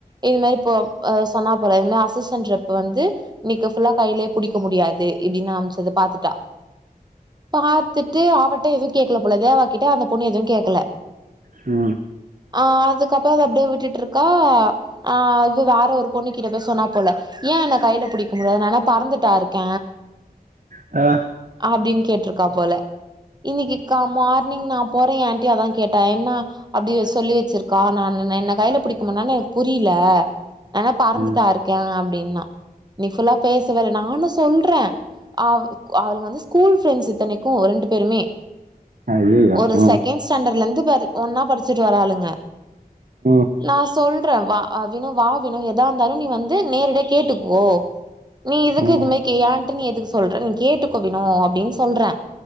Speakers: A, on the right; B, on the right.
A: இது மாரி போ அ சொன்னா போல இது மாரி அசிஸ்டன்ட் ரெப் வந்து இன்னைக்கு ஃபுல்லா கையிலயே புடிக்க முடியாது இப்டின்னு அம்ச்சத பாத்துட்டா பாத்துட்டு அவட்ட எதுவு கேக்கல போல தேவா கிட்ட அந்த பொண்ணு எது கேக்கல
B: ம்
A: ஆ அதுக்கப்புறோ அத அப்டியே விட்டுட்ருக்கா ஆ அது வேற ஒரு பொண்ணு கிட்ட போய் சொன்னா போல ஏ என்ன கையில புடிக்க முடில நா என்னா பறந்துட்டா இருக்க
B: ஆ
A: அப்டின்னு கேட்ருக்கா போல இன்னைக்கி மார்னிங் நா போற ஏன்டயு அதா கேட்டா என்ன அப்டி சொல்லி வச்சிருக்கா நா என்ன கையில புடிக்கு முன்னா எனக்கு புரியல நா என்னா பறந்துட்டா
B: ம்
A: இருக்கே அப்டின்னா இன்னைக் ஃபுல்லா பேசவே இல்ல நானு சொல்ற அவ் அவுளுங்க வந்து ஸ்கூல் ஃப்ரெண்ட்ஸ் இத்தனைக்கு ரெண்டு பேருமே
B: ஐயையோ
A: ஒரு
B: ம்
A: செகண்ட் ஸ்டாண்டர்ட்ல இருந்து பாருஒன்னா படிச்சுட்டு வராளுங்க
B: ம்
A: நா சொல்ற அ வினோ வா வினோ எதா இருந்தாலு நீ வந்து நேரடிய கேட்டுக்கோ நீ எதுக்கு
B: ம்
A: இதும கே என்ட்ட நீ எதுக்கு சொல்ற நீ கேட்டுக்கோ வினோ அப்டின்னு சொல்ற